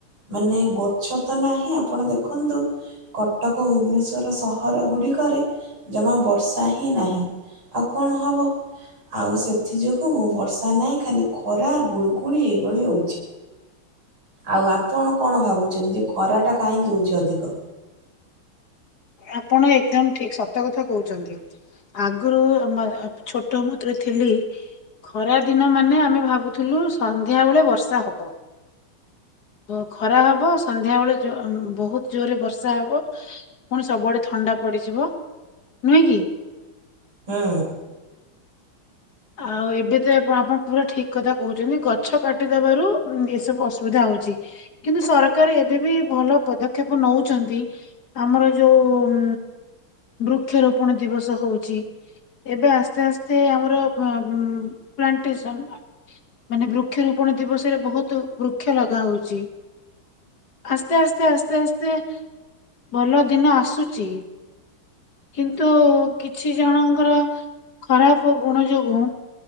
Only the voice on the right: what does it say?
ମାନେ ଗଛ ତ ନାହିଁ ଆପଣ ଦେଖନ୍ତୁ କଟକ ଭୁବନେଶ୍ଵର ସହର ଗୁଡିକରେ ଜମା ବର୍ଷା ହିଁ ନାହିଁ ଆଉ କଣ ହବ ଆଉ ସେ ବର୍ଷା ନାହିଁ ଖାଲି ଖରା ଗୁଳୁଗୁଳି ଏଇଭଳି ହଉଛି ଆଉ ଆପଣ କଣ ଭାବୁଛନ୍ତି ଯେ ଖରାଟା କାହିଁକି ହଉଛି ଅଧିକ
ହୁଁ।